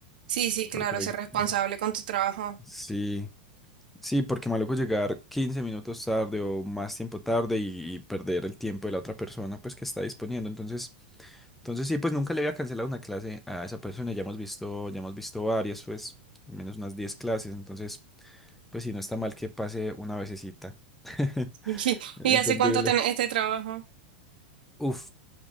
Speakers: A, on the right; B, in the centre.
A: Sí, sí, claro,
B: Porque hoy.
A: ser responsable
B: ujú.
A: con tu trabajo.
B: Sí, sí, porque maluco llegar 15 minutos tarde o más tiempo tarde y, y perder el tiempo de la otra persona, pues que está disponiendo. Entonces, entonces sí, pues nunca le había cancelado una clase a esa persona. Ya hemos visto, ya hemos visto varias, pues, al menos unas 10 clases. Entonces, pues sí, no está mal que pase una vececita. <laughs>
A: <laughs>
B: Entendible.
A: ¿Y hace cuánto tenés este trabajo?
B: Uf,